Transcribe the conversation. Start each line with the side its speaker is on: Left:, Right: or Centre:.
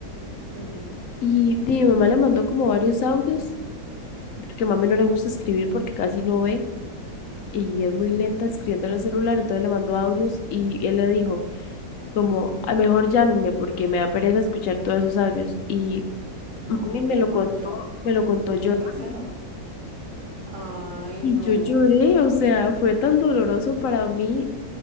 Right: Ujú.
Left: Y di, mi mamá le mandó como varios audios, porque a mami no le gusta escribir porque casi no ve y es muy lenta escribiendo en el celular, entonces le mandó audios y él le dijo como, a mejor llámeme porque me da pereza escuchar todos esos audios. Y
Right: No,
Left: mami me
Right: qué
Left: lo
Right: concho,
Left: contó, me lo contó llorando
Right: muy grosero. Ay,
Left: Y
Right: no,
Left: yo lloré, o sea, fue tan doloroso para mí